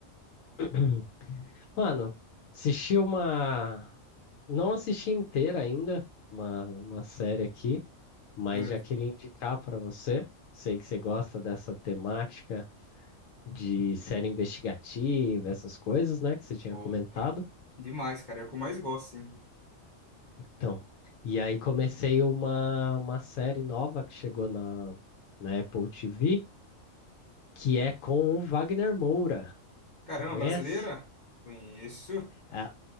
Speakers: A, on the left; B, on the left.
A: <clears throat> Mano, assisti uma. Não assisti inteira ainda, uma, uma série aqui, mas
B: É.
A: já queria indicar pra você. Sei que você gosta dessa temática de série investigativa, essas coisas, né? Que você tinha
B: Opa,
A: comentado.
B: demais, cara, é o que eu mais gosto, sim.
A: Então, e aí comecei uma, uma série nova que chegou na, na Apple TV, que é com o Wagner Moura.
B: Caramba,
A: Conhece?
B: brasileira? Conheço.
A: A,